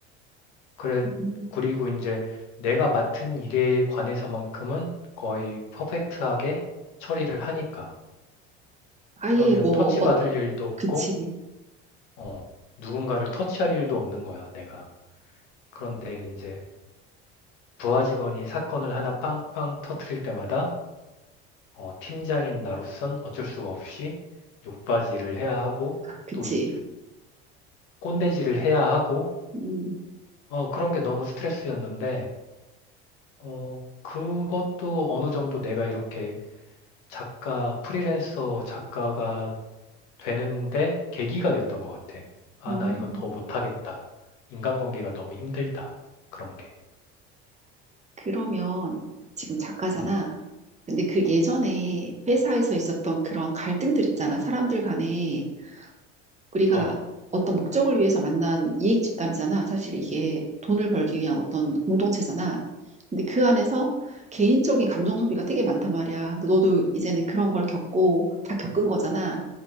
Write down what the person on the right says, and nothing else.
음.
아예
뭐
어,
그치,
그치.
음,
음.
그러면 지금 작가잖아.
근데 그 예전에 회사에서 있었던 그런 갈등들 있잖아. 사람들 간에. 우리가
어떤 목적을 위해서 만난 이익 집단이잖아. 사실 이게 돈을 벌기 위한 어떤 공동체잖아. 근데 그 안에서 개인적인 감정 소비가 되게 많단 말이야. 근데 너도 이제는 그런 걸 겪고 다 겪은 거잖아.